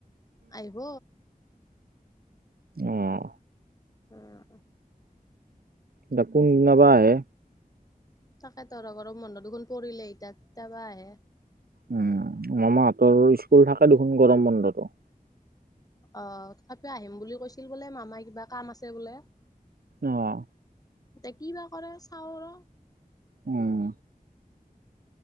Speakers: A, on the left (about 25°); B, on the right (about 80°).
A: আহিব
B: আহ
A: উম
B: দাপোন নবা আহে
A: তাকে তৰ ঘৰম বন্ধ দুখনোন পৰিলেহি তাত তাৰাপা আহে
B: উম মামাহঁতৰ স্কুল থাকে দেখোন গৰম বন্ধতো
A: অ তথাপিও আহিম বুলি কৈছিল বোলে মামাই কিবা কাম আছে বোলে
B: আহ
A: এতিয়া কি বাা কৰে চাওঁ আৰু
B: উম